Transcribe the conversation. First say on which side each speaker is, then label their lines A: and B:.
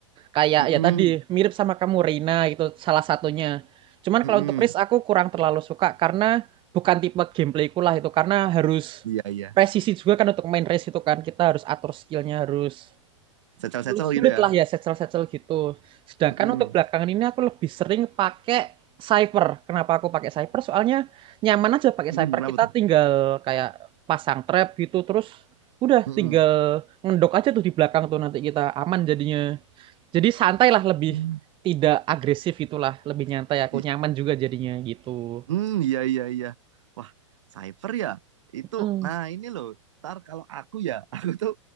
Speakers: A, on the right; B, on the right.
A: Kayak
B: Mm-mm.
A: ya tadi mirip sama kamu Reina gitu salah satunya. Cuman
B: Mm-mm.
A: kalau untuk Riz aku kurang terlalu suka karena bukan tipe gameplayku lah itu karena harus
B: Iya iya.
A: presisi juga kan untuk main race itu kan kita harus atur skillnya harus
B: Secel-secel
A: sulit, sulit
B: gitu ya.
A: lah ya setsel-setsel gitu. Sedangkan
B: Mm-mm.
A: untuk belakangan ini aku lebih sering pakai Cypher. Kenapa aku pakai Cypher? Soalnya nyaman aja pakai
B: Mm-mm.
A: Cypher.
B: Kenapa
A: Kita
B: tuh?
A: tinggal kayak pasang trap gitu terus udah
B: Mm-mm.
A: tinggal ngendok aja tuh di belakang tuh nanti kita aman jadinya. Jadi santai lah lebih
B: Mm.
A: tidak agresif itulah lebih nyantai aku
B: I-
A: nyaman juga jadinya gitu.
B: mm, iya iya iya. Wah, cyber ya. Itu,
A: Mm.
B: nah ini loh. Ntar kalau aku ya, <laughs> aku tuh